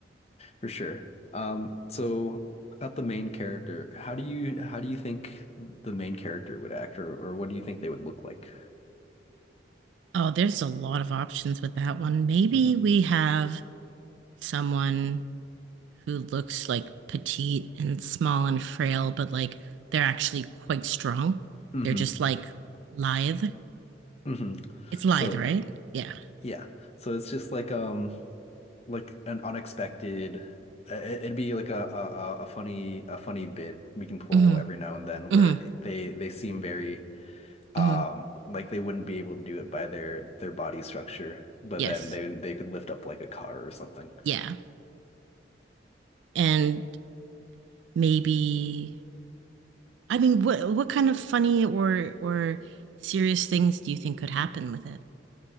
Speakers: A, on the left (about 35°); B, on the right (about 85°).
A: For sure. Um, so about the main character, how do you how do you think the main character would act, or or what do you think they would look like?
B: Oh, there's a lot of options with that one. Maybe
A: hmm
B: we have someone who looks like petite and small and frail, but like they're actually quite strong.
A: hmm
B: They're just like lithe.
A: hmm
B: It's lithe,
A: So
B: right? Yeah.
A: yeah, so it's just like um like an unexpected. uh, it- It'd be like a, a a a funny a funny bit we can pull
B: hmm
A: every now and then
B: hmm
A: where they they seem very um
B: hmm
A: like they wouldn't be able to do it by their their body structure, but
B: Yes.
A: then they they could lift up like a car or something.
B: Yeah. And maybe I mean, what what kind of funny or or serious things do you think could happen with it?